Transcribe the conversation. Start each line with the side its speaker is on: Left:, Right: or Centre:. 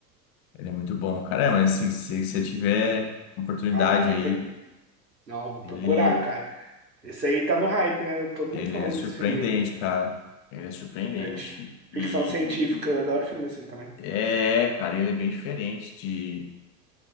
Left: Ele é muito bom, cara. É, mas assim, se você tiver oportunidade
Right: Ah,
Left: aí,
Right: entendi. Não, vou
Left: ele,
Right: procurar, cara. Esse aí tá no hype, né? Todo mundo
Left: ele
Right: falando
Left: é surpreendente,
Right: desse filme aí.
Left: cara. Ele é surpreendente.
Right: É de
Left: E,
Right: ficção científica, eu adoro filme
Left: e-
Right: assim também.
Left: é, cara, ele é bem diferente de,